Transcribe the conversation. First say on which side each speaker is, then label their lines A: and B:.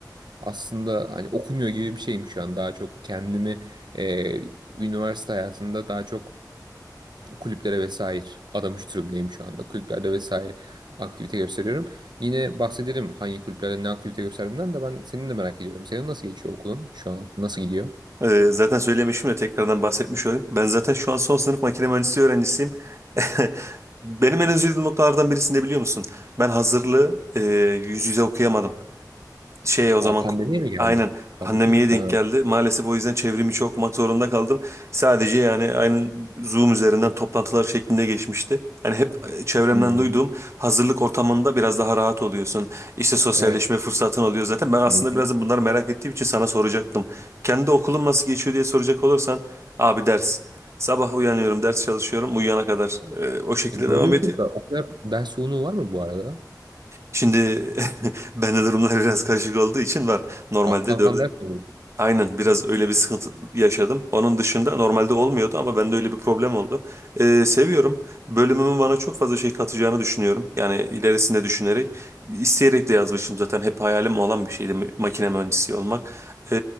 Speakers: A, on the right; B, on the right.
A: Aslında hani okumuyor gibi bir şeyim şu an. Daha çok kendimi e, üniversite hayatında daha çok kulüplere vesaire adamış durumdayım şu anda. Kulüplerde vesaire aktivite gösteriyorum. Yine bahsederim hangi kulüplerde ne aktivite gösterdiğimden de ben senin de merak ediyorum. Senin nasıl geçiyor okulun şu an? Nasıl gidiyor?
B: Ee, zaten söylemişim de tekrardan bahsetmiş olayım. Ben zaten şu an son sınıf makine mühendisliği öğrencisiyim. <laughs> Benim en üzüldüğüm noktalardan birisini de biliyor musun? Ben hazırlığı e, yüz yüze okuyamadım. Şey o
A: Aa,
B: zaman
A: pandemiye mi geldi?
B: aynen
A: Pandemiye
B: pandemiye
A: mi?
B: denk
A: Ha.
B: geldi. Maalesef o yüzden çevrimi içi okumak zorunda kaldım. Sadece yani aynen Zoom üzerinden toplantılar şeklinde geçmişti. Yani hep e, çevremden
A: Hmm,
B: duyduğum hazırlık ortamında biraz daha rahat oluyorsun. İşte sosyalleşme
A: evet.
B: fırsatın oluyor zaten. Ben aslında
A: Hı hı.
B: biraz da bunları merak ettiğim için sana soracaktım. Kendi okulum nasıl geçiyor diye soracak olursan abi ders. Sabah uyanıyorum, ders çalışıyorum, uyuyana kadar e, o şekilde
A: E, Doğru
B: devam ediyor.
A: çok da o kadar ders yoğunluğu var mı bu arada?
B: Şimdi <laughs> ben de durumlar biraz karışık olduğu için var. Normalde
A: Alttan
B: dört
A: falan ders mi alıyorsun?
B: Aynen biraz öyle bir sıkıntı yaşadım. Onun dışında normalde olmuyordu ama bende öyle bir problem oldu. Ee, seviyorum bölümümün bana çok fazla şey katacağını düşünüyorum. Yani ilerisinde düşünerek isteyerek de yazmışım zaten hep hayalim olan bir şeydi makine mühendisi olmak. Ee,